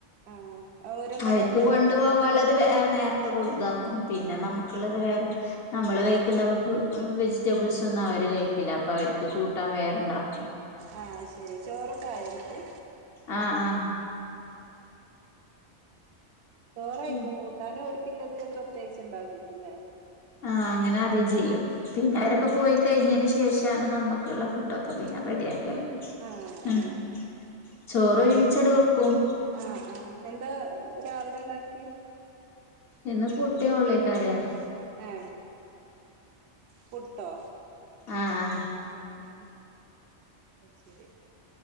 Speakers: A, on the right (about 65°); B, on the left (about 60°).
A: ആ ഓരെന്താ
B: അവര്ക്ക്
A: കൊണ്ടുപോവാ
B: കൊണ്ടു
A: അപ്പൊ
B: പോവാള്ളത് ഏ നേർ ത്തെ കുട് ഇതാക്കും പിന്നെ നമുക്കുള്ളത് വേറെ നമ്മള് കഴിക്കുന്ന
A: ആ
B: വ ഫുൾ വെജ് റ്റബിൾസ് ഒന്നും അവര് കഴിക്കില്ല അപ്പൊ അവർക്ക് കൂട്ടാൻ വേറെണ്ടാക്കും
A: ആ ശരി ചോറൊക്കെ ആയോ ഇന്നിട്ട്
B: ആ ആ
A: ചോറായിക്കും
B: ഉം
A: കൂട്ടാന് ഓര് ക്കുള്ളത് പ്രത്യേകിച്ച് ഇണ്ടാക്കിക്കുല്ലേ
B: ആ അങ്ങനെ ആദ്യം ചെയ്യും പിന്നെ അവരൊക്കെ
A: ആ
B: പോയി കഴിഞ്ഞതിന് ശേഷാണ് നമ്മുക്കുള്ള ഫുഡ് ഒ ക്കെ പിന്നെ
A: ഫുഡൊക്കണം
B: റെഡിയാക്കലാണ്
A: ആ
B: ഉം
A: ആ
B: ചോറ് ഒരുമിച്ചട് വെ ക്കും
A: ആ ആ എന്താ രാവിലെ ഇണ്ടാക്കി
B: ഇന്ന് പുട്ടിം ഉള്ളിക്കറിയാണ്
A: ആ പുട്ടോ
B: ആഹ് ആഹ്
A: ആ ആ അത് ശരി